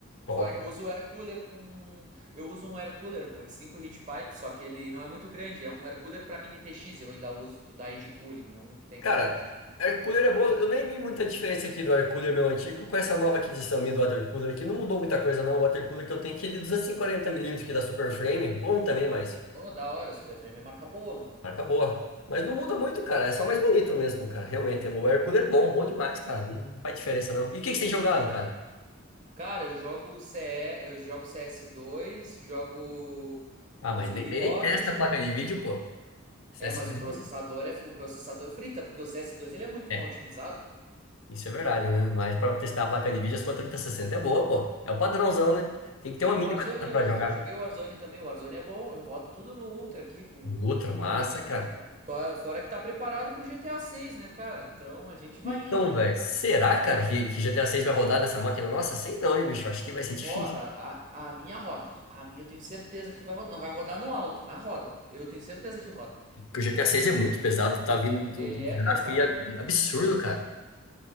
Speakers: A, on the left; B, on the right.
A: Top.
B: Fora que eu uso o air cooler com. Eu uso um air cooler, pô, de 5 heat pipe, só que ele não é muito grande. É um air cooler pra mini TX, eu ainda uso. O da ID Cooling. É um que tem
A: Cara,
B: que é bonzinho.
A: air cooler é bom. Eu nem vi muita diferença aqui do air cooler meu antigo com essa nova aquisição minha do water cooler, que não mudou muita coisa não. O water cooler que eu tenho aqui é de duzentos e quarenta milímetros que da Super Frame, bom também, mas
B: Ô, da hora, Super Frame é marca boa, mano.
A: marca boa. Mas não muda muito, cara. É só mais bonito mesmo, cara. Realmente, o air cooler é bom, bom demais, cara. Não faz diferença não. E o que que você tem jogado, cara?
B: Cara, eu jogo C E, eu jogo CS2, jogo
A: Ah,
B: com
A: mas
B: os gu-
A: nem,
B: e
A: nem
B: Rocket.
A: nem testa a placa de vídeo, pô. Isso
B: É,
A: é, assim
B: mas
A: mesmo?
B: o processador é o processador frita, porque o C S dois ele é muito
A: É,
B: mal otimizado.
A: isso é verdade, né? Mas pra testar a placa de vídeo, a sua trinta e sessenta é boa, pô. É o padrãozão, né? Tem que
B: Sim,
A: ter uma mínima
B: o Warzone,
A: dessa
B: eu
A: pra jogar.
B: já joguei o Warzone também. O Warzone é bom, eu rodo tudo no Ultra aqui com, com
A: Outra
B: 1080.
A: massa, cara.
B: Tô- Fora que tá preparado pro G T A seis, né, cara? Então a gente vai
A: Então,
B: indo, né?
A: velho, será, cara, que, que G T A seis vai rodar nessa máquina? Nossa, sei não, hein, bicho. Acho que vai ser difícil.
B: Roda, a, a minha roda. A minha eu tenho certeza que vai rodar. Não vai rodar no alto, mas roda. Eu tenho certeza que roda.
A: Porque o G T A seis é muito pesado, tá vindo de
B: Ele
A: um gráfico
B: é pesado.
A: aí ab- absurdo, cara.